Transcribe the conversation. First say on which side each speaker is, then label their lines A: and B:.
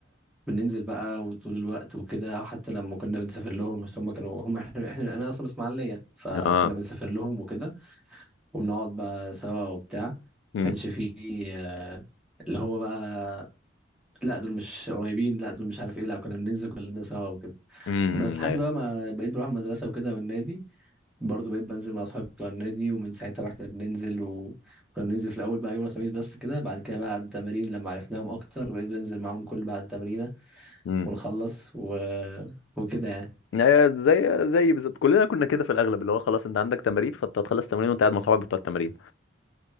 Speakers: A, in the centre; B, on the left.
A: بننزل بقى وطول الوقت وكده حتى لما كنا بنسافر لهم بس هم كانوا هم احنا, احنا انا اصلا من اسماعيليه فكنا
B: آه،
A: بنسافر لهم وكده وبنقعد بقى سوا وبتاع
B: مم،
A: ما كانش فيه آه، اللي هو بقى لا دول مش قريبين لا دول مش عارف ايه لا كنا بننزل كلنا سوا وكده
B: مم،
A: بس لحد
B: ايوه
A: بقى ما بقيت بروح المدرسه وكده والنادي برضه بقيت بنزل مع اصحابي بتوع النادي ومن ساعتها بقى احنا بننزل وكنا بننزل في الاول بقى يوم الخميس بس كده بعد كده بقى بعد التمارين لما عرفناهم اكتر بقيت بنزل معاهم كل بعد التمرين
B: مم.
A: ونخلص و... وكده يعني
B: ايوه زي زي بالظبط كلنا كنا كده في الاغلب اللي هو خلاص انت عندك تمارين فانت هتخلص تمارين وانت قاعد مع صحابك بتوع التمارين